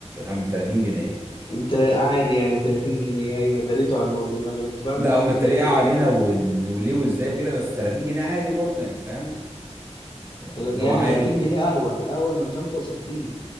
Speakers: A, on the right; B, on the left.
A: ب 30 جنيه
B: انت قاعد يعني 30 جنيه ايوه دريته على الموضوع انا كنت بعمل
A: لا
B: الحاجات
A: هما اتريقوا
B: دي
A: علينا
B: ايام
A: وال- وليه وإزاي وكده بس 30 جنيه عادي برضه يعني فاهم يعني
B: يعني
A: اللي هو عادي
B: 30 جنيه اهون اهون من 65